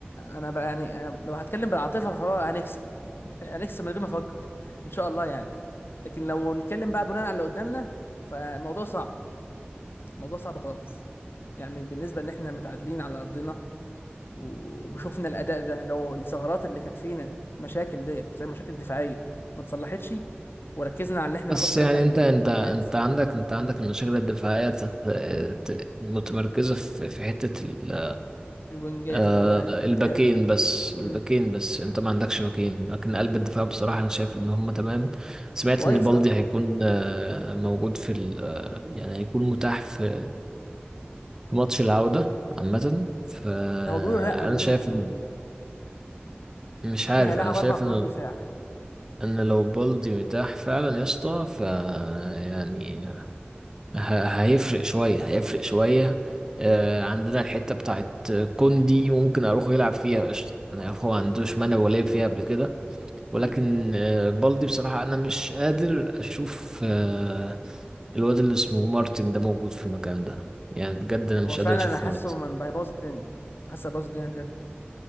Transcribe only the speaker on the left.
انا بقى يعني أنا لو هتكلم بالعاطفه فهو هنكسب <laughs> هنكسب من غير ما افكر ان شاء الله يعني لكن لو نتكلم بقى بناء على اللي قدامنا فالموضوع صعب الموضوع صعب خالص يعني بالنسبه ان احنا متعادلين على ارضنا و- وشوفنا الاداء ده لو الثغرات اللي كانت فينا مشاكل ديت زي المشاكل الدفاعيه ما اتصلحتش وركزنا على ان احنا
ناخد بالنا
من
الركنيات
الوينجات
اللي هو يعني الباكات
امم
كويس
اه
هو بيقولوا لا بيقولوا
مش هيبقى
موجود
بيقولوا
هيلعب
اربع قلوب
دفاع
امم
هو فعلا
انا حاسه
من هيبوظ الدنيا حاسه هيبوظ الدنيا بجد